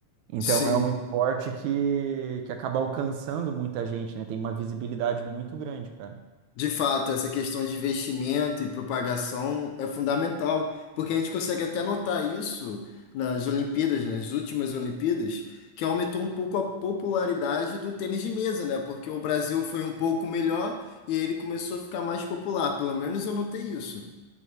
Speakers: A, on the right (about 80°); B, on the left (about 75°).
A: Então
B: Sim.
A: é um esporte que, que acaba alcançando muita gente, né? Tem uma visibilidade muito grande, cara.
B: De fato, essa questão de investimento e propagação é fundamental, porque a gente consegue até notar isso nas Olimpíadas, nas últimas Olimpíadas, que aumentou um pouco a popularidade do tênis de mesa, né? Porque o Brasil foi um pouco melhor e aí ele começou a ficar mais popular. Pelo menos eu notei isso.